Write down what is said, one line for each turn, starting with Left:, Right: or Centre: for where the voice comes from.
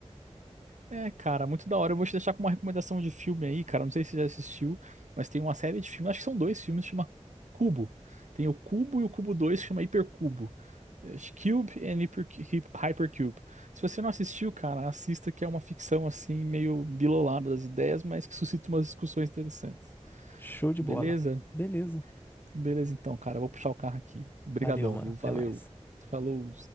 Right: É, cara, muito da hora. Eu vou te deixar com uma recomendação de filme aí, cara. Não sei se você já assistiu, mas tem uma série de filmes, acho que são dois filmes, chama Cubo. Tem o Cubo e o Cubo 2 chama Hipercubo. Acho que Cube and Hyper- Hyper- Hypercube. Se você não assistiu, cara, assista que é uma ficção assim, meio bilolada das ideias, mas que suscita umas discussões interessantes.
Left: Show de
Right: Beleza?
Left: bola. Beleza.
Right: Beleza então, cara. Eu Vou puxar o carro aqui. Obrigadão,
Left: Valeu, mano.
Right: viu?
Left: Até
Right: Valeu.
Left: mais.
Right: Falou.